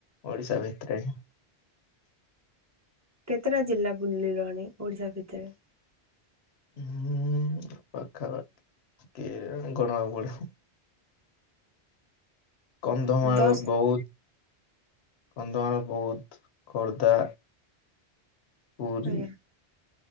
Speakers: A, on the left (about 70°); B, on the right (about 15°).
A: ଓଡିଶା ଭିତରେ
B: କେତେଟା ଜିଲ୍ଲା ବୁଲିଲଣି ଓଡିଶା ଭିତରେ।
A: ହୁଁ ପାଖା ପାଖି କି ଗଣିବାକୁ ପଡ଼ିବ। କନ୍ଧମାଳ
B: ଦଶ
A: ବହୁତ। କନ୍ଧମାଳ ବୁଧ୍ ଖୋର୍ଦ୍ଧା। ପୁରୀ
B: ଆଜ୍ଞା